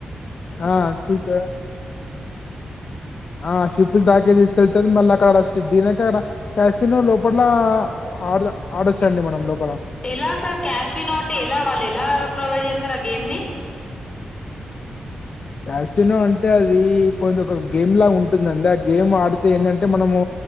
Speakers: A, on the left; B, on the left.
A: ఆ షిప్ ఆ షిప్ ద క తీసుకెళ్తార్ మళ్ళ అకాడ తినే కాడ క్యాసినో లోపల ఆడ్ద ఆడోచ్చండి మనం లోపల
B: ఎలా సార్ క్యాషినో అంటె ఎలా వాళ్ళేలా ప్రొవైడ్ జేస్తరు ఆ గేమ్ ని
A: క్యాసినో అంటె అదీ కొంజంక గేమ్ లా ఉంటుందండి ఆ గేమ్ ఆడితే ఏంటంటే మనము